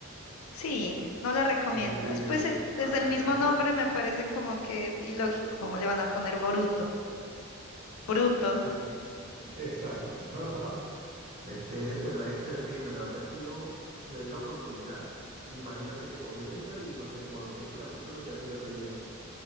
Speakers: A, on the left; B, on the right.
A: Sí, no la recomiendas.
B: Terrible,
A: Pues eh, desde
B: para
A: el
B: nada.
A: mismo nombre me parece como que ilógico, como le van a poner Boruto. Bruto.
B: <laughs> Exacto. <laughs> Fue ter- Bueno, es terrible. La verdad es que yo le di la oportunidad. y Imagínate que comienza y no sé, como a los 20 capítulos ya tiene relleno